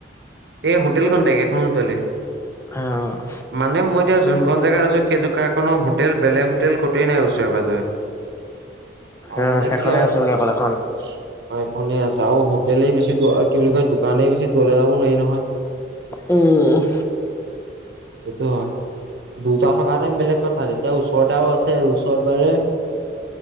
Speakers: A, on the right; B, on the left.
A: এই হোটেলখনতে একেখন হোটেলে।
B: অ'।
A: মানে মই এতিয়া যোনখন জেগাত আছো সেই জেগাকনৰ হোটেল বেলেগ হোটেল কতোৱেই নাই ওচৰে পাজৰে। আৰু
B: অ',
A: মানে
B: সেইখনে
A: কি হয়
B: আছে বুলি অকল এখন।
A: হয় এখনেই আছে আৰু হোটেলে বেছি দ কি বুলি কয় দোকানেই বেছি দলে যাব নোৱাৰি নহয়।
B: উম।
A: সেইটো হয়। দুটা থকাণে বেলেগ কথা এতিয়া ওচৰতে আও আছে ওচৰত মানে